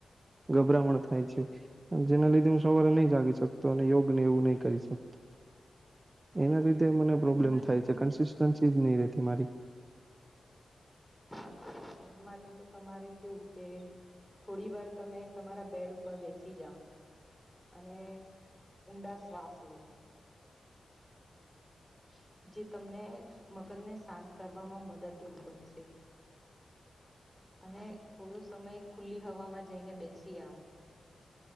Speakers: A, on the right; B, in the centre.
A: ગભરામણ થાય છે, આભ જેના લીધે હું સવારે ની જાગી શકતો અને યોગ ને એવું નહીં કરી શકતો.
B: <inaudible>
A: એના
B: તો
A: લીધે મને પ્રોબ્લેમ
B: એની માટે
A: થાય
B: તો
A: છે કન્સિસ્ટન્સી જ નહી રહેતી મારી
B: <unintelligible> એની માટે તો તમારે કેવું કે થોડી વાર તમે તમારા બેડ ઉપર બેસી જાઓ અને ઊંડા શ્વાસ લો. <inaudible> જે તમને મગજ ને શાંત કરવામાં મદદરૂપ બનશે. અને થોડો સમય ખુલ્લી હવામાં જઈને બેસી આવો.